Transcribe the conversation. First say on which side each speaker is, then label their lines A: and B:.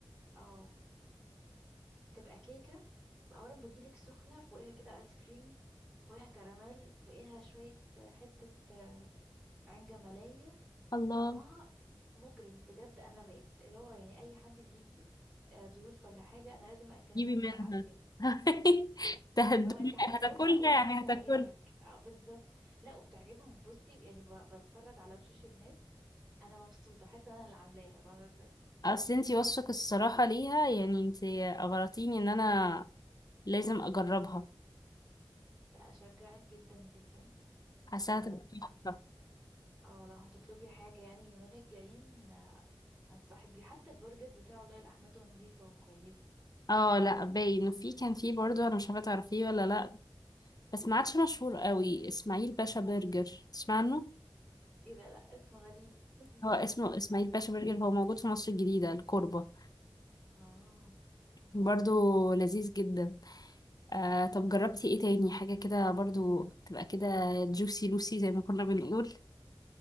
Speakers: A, in the centre; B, on the left.
A: اه تبقى كيكة اولا بتجيلك سخنة فوقيها كده ايس كريم فوقيها كراميل فوقيها شوية آه، حتة آه، عين جمالية
B: الله
A: طعمها مجرم بجد انا بقيت اللي هو يعني اي حد بيجي آه، ضيوف ولا حاجه انا لازم اكلها
B: جيبي
A: لهم
B: منها
A: بالعافيه
B: <laughs> تهدوني
A: لو انت هتاكلها
B: هتاكلها
A: وهتعجبك
B: يعني هتاكلها
A: آه، بالظبط لا وبتعجبهم بصي يعني ب- بتفرج على وشوش الناس انا مبسوطه حاسه ان انا اللي عاملاها فاهمه ازاي
B: اصل انتي وصفك الصراحة ليها يعني انتي اغرتيني ان انا لازم اجربها
A: لا اشجعك جدا جدا
B: حاساها
A: ف
B: تبقى تحفة
A: اه لو هتطلبي حاجه يعني اليومين الجايين آه، انصحك بيه حتى البرجر بتاعه والله لحمته نظيفه وكويسه
B: اه لا باين انه في كان في برضو انا مش عارفة تعرفيه ولا لا بس ما عادش مشهور قوي اسماعيل باشا برجر تسمع عنه
A: ايه ده لا اسم غريب <laughs>
B: هو اسمه اسماعيل باشا برجر هو موجود في مصر الجديدة الكوربة
A: اه
B: برضو لذيذ جدا آه طب جربتي ايه تاني حاجة كده برضو تبقى كده جوسي لوسي زي ما كنا بنقول